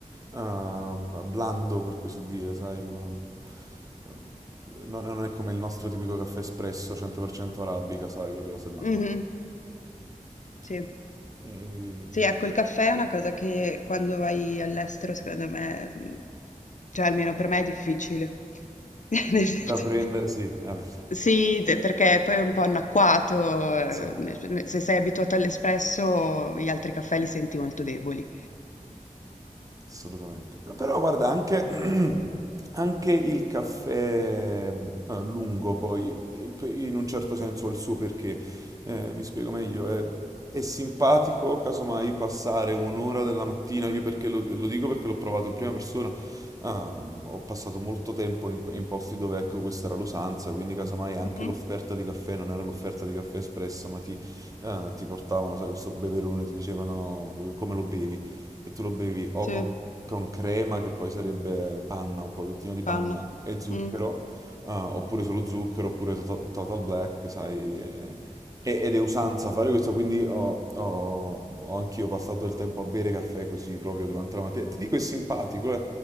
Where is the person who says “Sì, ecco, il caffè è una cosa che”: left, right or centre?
Left